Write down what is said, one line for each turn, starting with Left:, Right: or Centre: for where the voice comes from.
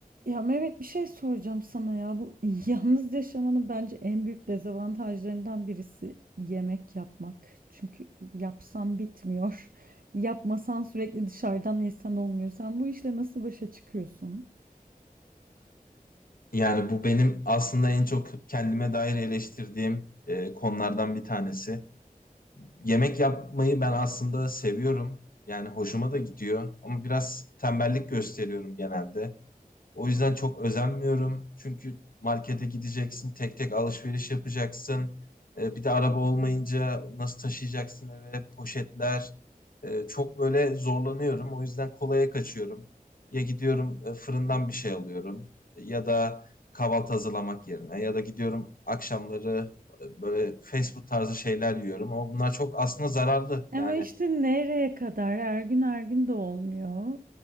Right: Ya Mehmet bir şey soracağım sana ya. Bu <laughs> yalnız yaşamanın bence en büyük dezavantajlarından birisi yemek yapmak. Çünkü yapsan bitmiyor. <laughs> Yapmasan sürekli dışarıdan yesen olmuyor. Sen bu işle nasıl başa çıkıyorsun?
Left: Yani bu benim aslında en çok kendime dair eleştirdiğim e, konulardan bir tanesi. Yemek yapmayı ben aslında seviyorum. Yani hoşuma da gidiyor ama biraz tembellik gösteriyorum genelde. O yüzden çok özenmiyorum. Çünkü markete gideceksin, tek tek alışveriş yapacaksın. E, bir de araba olmayınca nasıl taşıyacaksın eve, poşetler. E, çok böyle zorlanıyorum. O yüzden kolaya kaçıyorum. Ya gidiyorum e, fırından bir şey alıyorum ya da kahvaltı hazırlamak yerine ya da gidiyorum akşamları e, böyle fast food tarzı şeyler yiyorum. Ama bunlar çok aslında zararlı.
Right: Ama
Left: Yani
Right: işte nereye kadar her gün her gün de olmuyor.